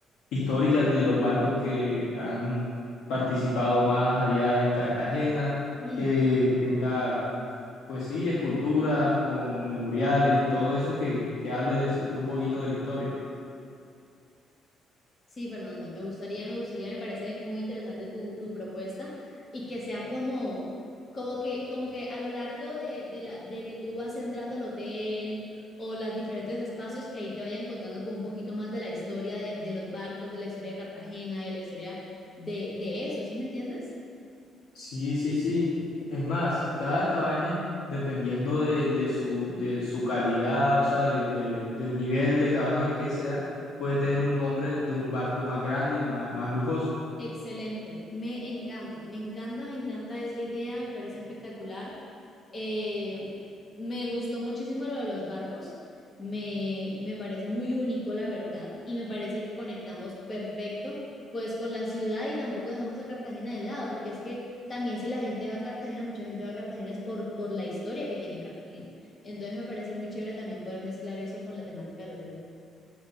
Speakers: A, on the left; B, on the left.
A: históricas de los barcos que han participado más allá en Cartagena,
B: Mm,
A: que tenga, pues sí, esculturas con memoriales y todo eso que, que hable de, de un poquito de la historia.
B: Sí, Fernando, me gustaría, me gustaría, me parece muy interesante tu, tu propuesta y que sea como, como que, como que a lo largo de, de la, de que tú vas entrando al hotel o los diferentes espacios que ahí te vayan contando con un poquito más de la historia de, de los barcos, de la historia de Cartagena, de la historia de, de eso, ¿sí me entiendes?
A: Sí, sí, sí. Es más, cada cabaña, dependiendo de, de su, de su calidad, o sea, de- de le- del nivel de cabaña que sea, puede tener un nombre de un barco más grande y más, más lujoso.
B: Excelente, me encanta, me encanta, me encanta esa idea, me parece espectacular. Eh, me gustó muchísimo lo de los barcos, me, me parece muy único, la verdad, y me parece que conectamos perfecto pues con la ciudad y tampoco dejamos a Cartagena de lado, porque es que también si la gente va a Cartagena, mucha gente va a Cartagena es por, por la historia que tiene Cartagena. Entonces me parece muy chévere también poder mezclar eso con la temática del hotel.